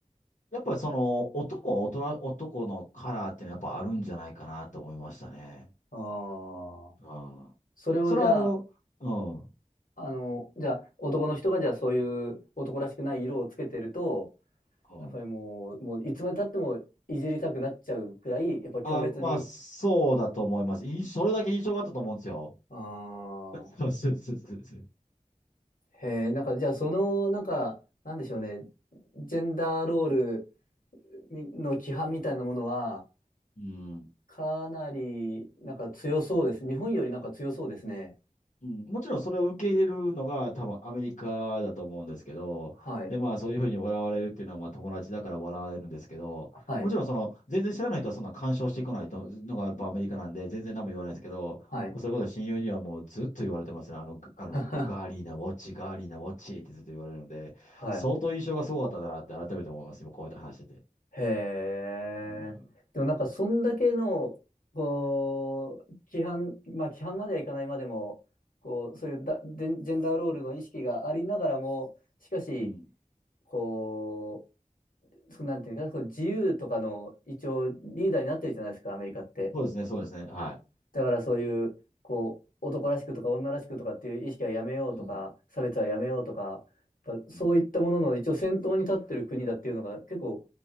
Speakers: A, on the left; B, on the left.
A: やっぱその男は大人、男のカラーっていうのはやっぱあるんじゃないかなと思いましたね。
B: ああ
A: ああ。
B: それをじゃあ、
A: それはあの、うん、
B: あの、じゃあ、男の人がじゃあそういう男らしくない色をつけてると、
A: うん。
B: やっぱりもう、もういつまで経ってもいじりたくなっちゃうくらい、やっぱ強烈に。
A: あ、まあ、そうだと思います。印それだけ印象があったと思うんですよ。
B: ああ。
A: <laughs> そうそうそうそう。
B: へえ、なんか、じゃあ、その、なんか、なんでしょうね、ジェンダーロールみの規範みたいなものは、
A: うん。
B: かなり、なんか強そうです。日本よりなんか強そうですね。
A: うん、もちろんそれを受け入れるのが多分アメリカだと思うんですけど、
B: はい。
A: で、まあそういうふうに笑われるっていうのはまあ友達だから笑われるんですけど、
B: はい。
A: もちろんその全然知らない人はそんな干渉してこないとのがやっぱアメリカなんで全然何も言わないですけど、
B: はい。
A: そういうこと親友にはもうずっと言われてますね。あの、ぐあのガーリーなウォッチ、
B: <laughs>
A: ガーリーなウォッチってずっと言われるので、
B: はい。
A: 相当印象がすごかったんだなって改めて思います。今こうやって話してて。
B: へえ。
A: うん。
B: でもなんか、そんだけの、こう、規範、まあ、規範まではいかないまでも、こう、そういうだ、ジェンジェンダーロールの意識がありながらも、しかし、
A: うん。
B: こう、そうなんていうか、こう自由とかの一応リーダーになってるじゃないですか、アメリカって。
A: そうですね、そうですね。は
B: だからそういう、こう、男らしくとか女らしくとかっていう意識はやめようとか、
A: い。うん。
B: 差別はやめようとか、やっぱそういったものの一応先頭に立ってる国だっていうのが結構、
A: うん